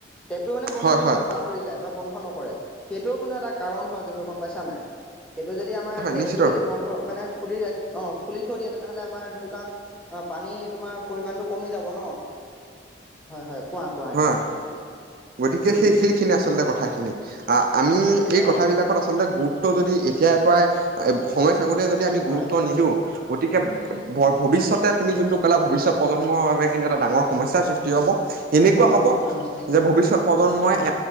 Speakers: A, in the centre; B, on the right.
A: টেপটো মানে বন্ধ
B: হয়
A: কৰিবলৈ
B: হয়
A: পাহৰি যায় বা বন্ধ নকৰে, সেইটোও কিন্তু এটা কাৰণ হয় কিন্তু গম পাইছা নাই। সেইটো যদি আমাৰ
B: হয়
A: টেপটো
B: নিশ্চিত ৰূপে
A: যদি বন্ধ, মানে খুলি ৰাখি, অ', খুলি থৈ দিয়ে তেনেহ'লে আমাৰ ধৰি লোৱা অ', পানী তোমাৰ পৰিমাণটো কমি যাব ন। হয় হয়, কোৱা কোৱা। এতিয়া
B: হয়,
A: কথাখিনি
B: গতিকে সেই
A: উম
B: সেইখিনি আচলতে কথাখিনি, আমি এই কথাবিলাক
A: অ
B: আচলতে গুৰুত্ব যদি এতিয়াৰ পৰাই সময় থাকোতে যদি আমি গুৰুত্ব
A: হয়।
B: নিদিওঁ গতিকে, ভ
A: হয়,
B: ভৱিষ্যত <unintelligible> তুমি যোনটো কোলা ভৱিষ্যত প্ৰজন্মৰ বাবে কিন্তু এটা ডাঙৰ সমস্যা সৃষ্টি হ'ব। এনেকুৱা
A: ডাঙৰ
B: হ'ব
A: সমস্যাৰ সৃষ্টি
B: যে ভৱিষ্যত
A: হ'ব পাৰে
B: প্ৰজন্মই
A: হয়, উম।